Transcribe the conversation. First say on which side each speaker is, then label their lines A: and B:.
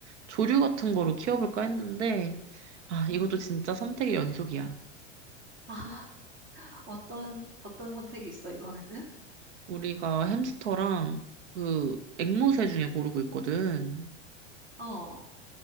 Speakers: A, on the right; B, on the right.
A: 조류 같은 거로 키워볼까 했는데 아
B: 음.
A: 이것도 진짜 선택의 연속이야.
B: 아, 어떤, 어떤 선택이 있어, 이번에는?
A: 우리가 햄스터랑 그 앵무새 중에 고르고 있거든.
B: 어.